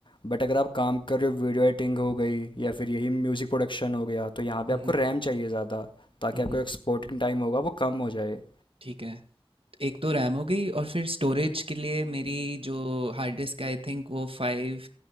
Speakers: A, on the left; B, on the right.
A: बट अगर आप काम कर रहे हो वीडियो एडिटिंग हो गई या फिर यही म्यूज़िक प्रोडक्शन हो गया तो यहाँ पे
B: हम्म,
A: आपको रैम चाहिए ज़्यादा ताकि
B: हम्म,
A: आपका एक्सपोर्टिंग टाइम होगा वो कम हो जाए
B: ठीक है एक तो रैम हो गई और फिर स्टोरेज के लिए मेरी जो हार्ड डिस्क आई थिंक वो फाइव